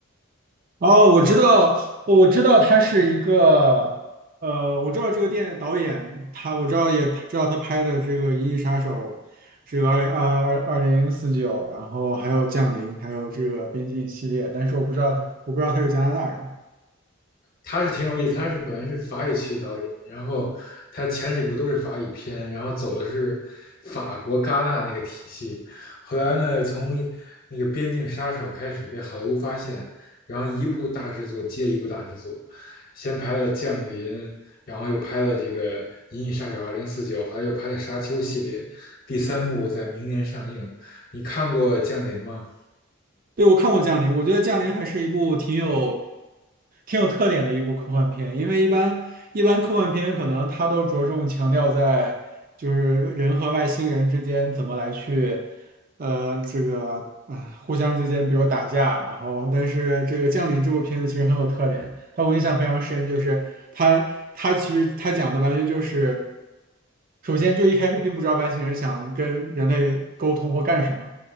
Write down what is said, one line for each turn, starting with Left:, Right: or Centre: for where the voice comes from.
Right: 哦，我知道，我知道他是一个，呃，我知道这个电导演，他我知道也知道他拍的这个《银翼杀手》，这个二二二二零四九，然后还有《降临》，还有这个《边境》系列，但是我不知道他，我不知道他是加拿大人。
Left: 他是挺有意思，他是本来是法语区导演，然后他前几部都是法语片，然后走的是法国戛纳那个体系，后来呢，从那个《边境杀手》开始被好莱坞发现，然后一部大制作接一部大制作，先拍了《降临》，然后又拍了这个《银翼杀手二零四九》，后来又拍了《沙丘》系列，第三部在明年上映。你看过《降临》吗？
Right: 对，我看过《降临》，我觉得《降临》还是一部挺有挺有特点的一部科幻片，因为一般一般科幻片可能它都着重强调在就是人和外星人之间怎么来去，呃，这个啊、互相之间比如打架，然后但是这个《降临》这部片子其实很有特点，它我印象非常深，就是它它其实它讲的完全就是，首先就一开始并不知道外星人想跟人类沟通或干什么。